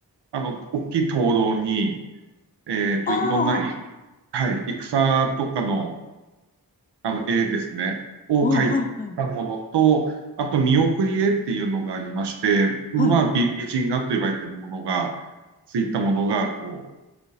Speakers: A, on the right (about 85°); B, on the left (about 25°).
A: あの、大きい灯籠に、えっと、
B: あ
A: いろんな、
B: あ、
A: はい、戦とかの、あの、絵ですね、を描いたものと、
B: あ、はい、はい、
A: あと、見送り絵っていうのがありまして、まあ、
B: はい。
A: 美美人画と呼ばれているものが、ついたものが、こう、